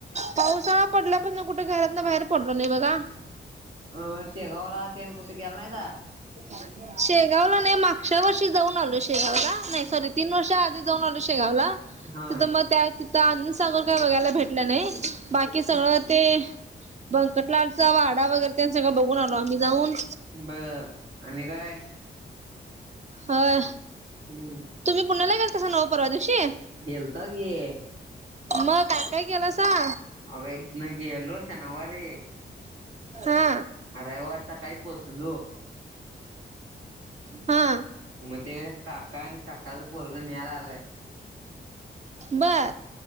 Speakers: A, on the right; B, on the right.
A: पावसाळा पडल्या पासून कुठ घरातन बाहेर पडलो नाही बघा.
B: अ.. शेगावलाा ते कुठ गेला नायस.
A: अच्छा <inaudible> शेगावला नाही मागच्या वर्षी जाऊन आलो शेगाव ला नाही सॉरी तीन वर्षा आधी जाऊन आलो शेगावला.
B: होय
A: तिथ मग त्या तिथ आनंद सागर काय बघायला भेटलं नाही. बाकी सगळं ते भंकटलालचा वाडा वगैरे त्यां सगळं बघून आलो आम्ही जाऊन.
B: बर.. आणि काय?
A: ह
B: हम्म
A: तुम्ही पुण्याला गेलतास नव्ह परवा दिवशी
B: गेलताव की.
A: मग काय -काय केलं सां
B: अग.. इथन गेलो शनवारी
A: हा
B: रविवारी सकाळी पोहोचलो.
A: हा
B: मग ते काका आणि काकाचं पोरग न्यायला आलंय.
A: बर